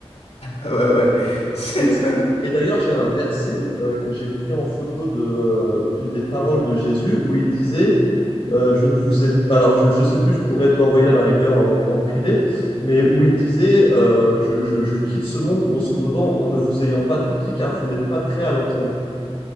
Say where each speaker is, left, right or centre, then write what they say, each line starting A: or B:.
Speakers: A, on the left (about 80°); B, on the left (about 50°).
A: Ouais, ouais. C'est
B: Et, c'est-
A: quoi?
B: et d'ailleurs, j'ai un verset euh, que j'ai pris en photo de, d'une des paroles de Jésus où il disait, euh, je ne vous ai, alors je ne sais plus, je pourrais te l'envoyer à la rigueur en, en privé, mais
A: Cool.
B: où il disait, euh, je, je- je quitte ce monde, grosso modo, en ne vous ayant pas tout dit, car vous n'êtes pas prêt à l'entendre.